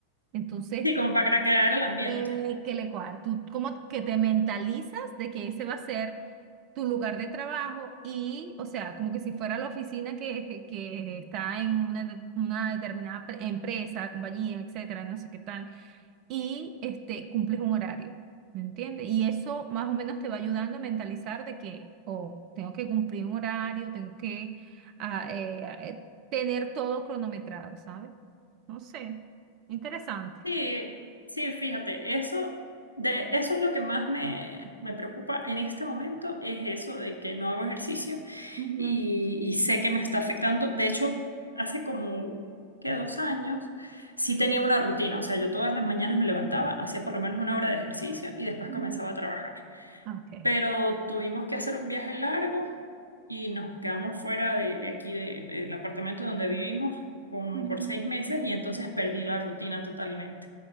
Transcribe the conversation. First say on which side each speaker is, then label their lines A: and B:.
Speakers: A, on the right; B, on the right.
A: Entonces,
B: sí, como para crear el ambiente.
A: eh, que le cuadra, tú como que te mentalizas de que ese va a ser tu lugar de trabajo y, o sea, como que si fuera la oficina que, que está en una, de- una determinada pre- empresa, compañía, etcétera, no sé qué tal y este, cumples un horario, ¿me entiendes? Y eso más o menos te va ayudando a mentalizar de que, oh, tengo que cumplir un horario, tengo que ah, eh, ah, eh, tener todo cronometrado, ¿sabes? No sé, interesante.
B: Sí, sí, fíjate, eso, de, eso es lo que más me, me preocupa en este momento, es eso de que no hago ejercicio
A: Ujú,
B: y, y sé que me está afectando. De hecho, hace como, ¿qué? Dos años, sí tenía una rutina. O sea, yo todas las mañanas me levantaba, hacía por lo menos una hora de ejercicio y después
A: ujú,
B: comenzaba a trabajar.
A: Ok.
B: Pero tuvimos que hacer un viaje largo. y nos quedamos fuera de, de aquí, de- del apartamento donde vivimos, como
A: ujú.
B: por seis meses y entonces perdí la rutina totalmente.